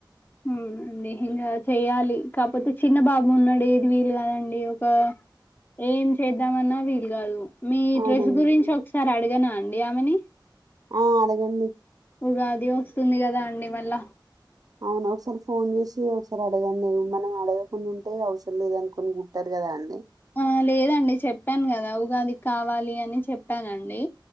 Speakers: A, on the left; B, on the right.
A: హ్మ్ అండి ఏం కాదు చెయ్యాలి కాకపోతే చిన్న బాబు ఉన్నాడు ఏది వీలు కాదండి ఒక. ఏం చేద్దామన్నా వీలు కాదు. మీ
B: అవునండి
A: డ్రెస్ గురించి ఒకసారి అడగనా అండి ఆమెని.
B: ఉమ్ అడగండి
A: ఉగాది వస్తుంది కదా అండి మళ్ళ
B: అవును ఒకసారి ఫోన్ చేసి ఒకసారి అడగండి మనం అడగకుండ ఉంటే అవసరం లేదు అనుకొని గుట్టారుగ. కదాండి
A: ఆ లేదండి చెప్పాను కదా ఉగాది కావాలి అని చెప్పానండి.